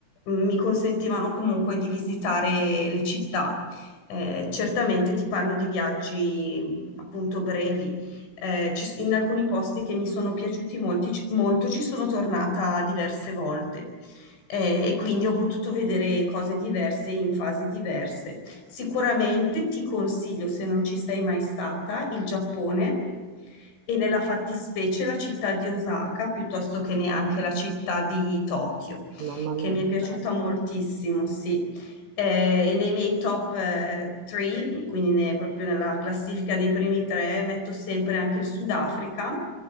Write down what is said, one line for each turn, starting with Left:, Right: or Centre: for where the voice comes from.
Left: Mm, Mi consentivano comunque di visitare le città. Eh, certamente ti parlo di viaggi appunto brevi. Eh, ci s- in alcuni posti che mi sono piaciuti molti- molto ci sono tornata diverse volte eh, e quindi ho potuto vedere cose diverse in fasi diverse. Sicuramente ti consiglio, se non ci sei mai stata, il Giappone e nella fattispecie la città di Osaka, piuttosto che neanche la città di Tokyo,
Right: Mamma mia,
Left: che mi
Right: che
Left: è piaciuta
Right: bello.
Left: moltissimo, sì. Eh, e nei miei top 3, quindi ne- proprio nella classifica dei primi tre, metto sempre anche il Sudafrica